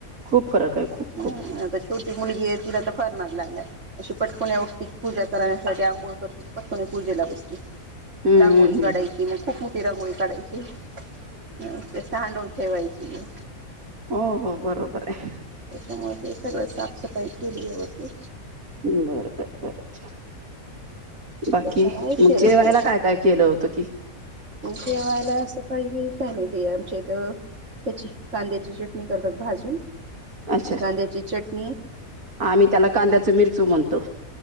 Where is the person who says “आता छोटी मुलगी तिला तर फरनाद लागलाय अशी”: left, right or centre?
Right